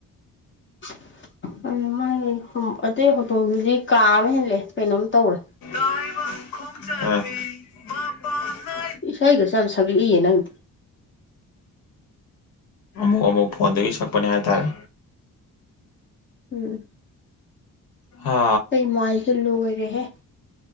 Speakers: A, on the left; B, on the left.
A: <unintelligible> ꯑꯇꯩ ꯍꯧꯗꯣꯡꯗꯒꯤ ꯀꯥ ꯑꯃ ꯍꯦꯜꯂꯦ ꯀꯩꯅꯣꯝ ꯇꯧꯔꯦ
B: ꯇꯥꯏꯕꯪ ꯈꯣꯡꯆꯠꯅꯤ ꯃꯄꯥꯟ ꯅꯥ
A: ꯏꯁꯩꯒꯁꯨ ꯁꯛꯂꯛꯏꯌꯦ ꯅꯪꯗꯤ
B: ꯑꯃꯨꯛ ꯑꯃꯨꯛ ꯐꯣꯟꯗꯒꯤ ꯁꯛꯄꯅꯦ ꯍꯥꯏꯇꯥꯔꯦ
A: ꯎꯝ
B: ꯍꯥ
A: ꯑꯩ ꯃꯥꯏꯁꯦ ꯂꯣꯏꯔꯦ ꯗ꯭ꯔꯦꯍꯦ